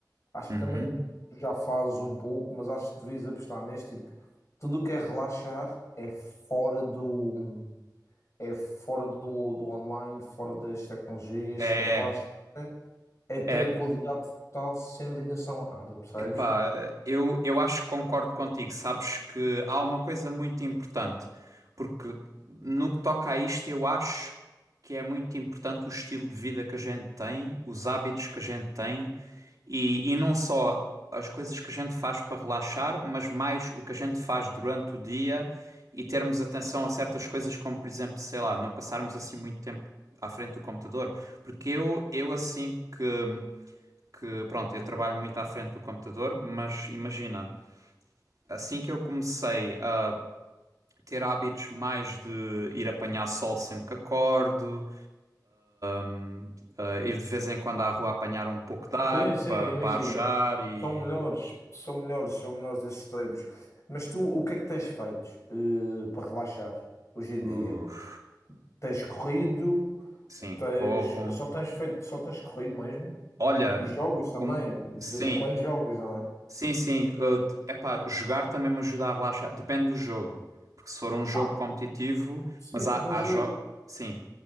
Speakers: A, on the left; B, on the right.
A: acho
B: Uhum.
A: que também já fazes um pouco, mas acho que devias apostar neste tipo, tudo o que é relaxar é fora do é fora do, do online, fora das tecnologias,
B: É,
A: relaxar é tranquilidade
B: é,
A: total sem ligação a nada, percebes?
B: Epá, eu, eu acho que concordo contigo. Sabes que há uma coisa muito importante, porque no que toca a isto, eu acho que é muito importante o estilo de vida que a gente tem, os hábitos que a gente tem e, e não só as coisas que a gente faz para relaxar, mas mais o que a gente faz durante o dia e termos atenção a certas coisas, como por exemplo, sei lá, não passarmos assim muito tempo à frente do computador. Porque eu, eu assim que que pronto, eu trabalho muito à frente do computador, mas imagina, assim que eu comecei a ter hábitos mais de ir apanhar sol sempre que acordo, hum, a ir de vez em quando à rua apanhar um pouco de ar
A: Sim, sim,
B: para
A: imagina.
B: pa arejar e.
A: São melhores, são melhores, são melhores esses tempos. Mas tu, o que é que tens feito, eh, para relaxar hoje em
B: Uf,
A: dia? Tens corrido,
B: sim,
A: tens,
B: corro.
A: só tens feito, só tens corrido mesmo?
B: Olha,
A: E jogas também,
B: um,
A: de
B: sim,
A: vez em quando jogas, não é?
B: sim, sim. É pá, jogar também me ajuda a relaxar. Depende do jogo. Porque se for um jogo
A: Ah,
B: competitivo,
A: sim,
B: mas há,
A: mas
B: há
A: eh,
B: jogos. Sim.